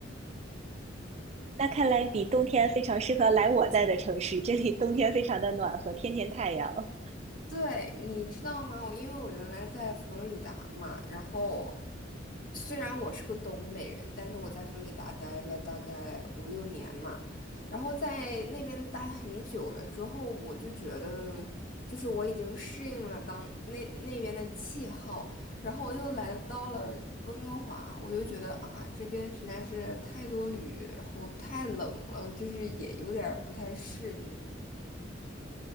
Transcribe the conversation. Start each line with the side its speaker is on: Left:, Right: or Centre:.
Right: 那看来你冬天非常适合来我在的城市，这里冬天非常的暖和，天天太阳。
Left: 对，你知道吗？我因为我原来在佛罗里达嘛，然后虽然我是个东北人，但是我在佛罗里达待了大概五六年嘛，然后在那边待很久了之后，我就觉得就是我已经适应了当那那边的气候，然后我又来到了温哥华，我就觉得啊，这边实在是太多雨，然后太冷了，就是也有点儿不太适应。